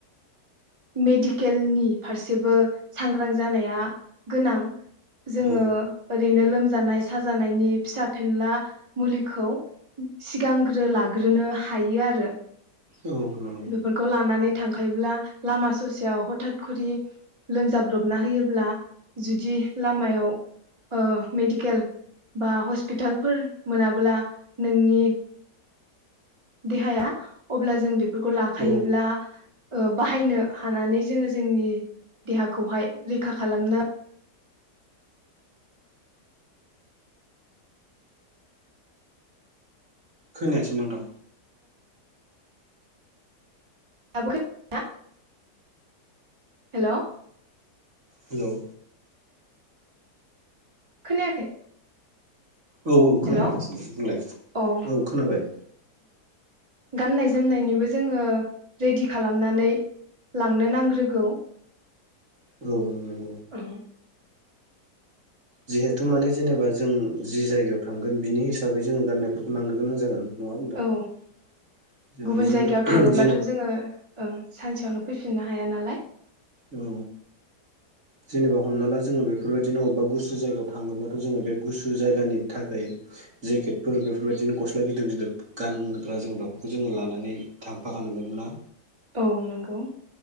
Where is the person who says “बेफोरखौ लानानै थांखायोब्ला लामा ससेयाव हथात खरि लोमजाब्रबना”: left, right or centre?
Right